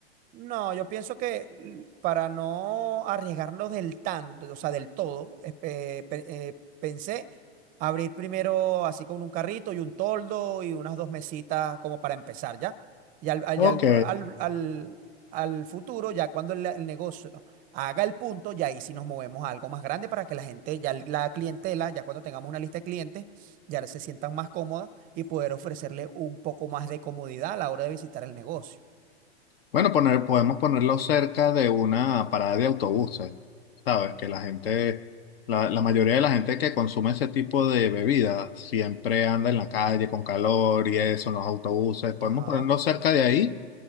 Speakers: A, on the right (about 25°); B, on the left (about 60°).
A: No, yo pienso que l- para no arriesgarnos del tanto, o sea, del todo, eh, pe- pe- eh, pensé abrir primero así con un carrito y un toldo y unas dos mesitas como para empezar, ¿ya? Y al, al,
B: Ok.
A: ya al, pro- al, al- al futuro, ya cuando el, el negocio haga el punto, ya ahí sí nos movemos a algo más grande para que la gente, ya el- la clientela, ya cuando tengamos una lista de clientes, ya se sientan más cómodas y poder ofrecerle un poco más de comodidad a la hora de visitar el negocio.
B: Bueno, poner, podemos ponerlo cerca de una parada de autobuses. Sabes que la gente, la, la mayoría de la gente que consume ese tipo de bebidas siempre anda en la calle con calor y eso, en los autobuses. Podemos
A: Ajá.
B: ponerlo cerca de ahí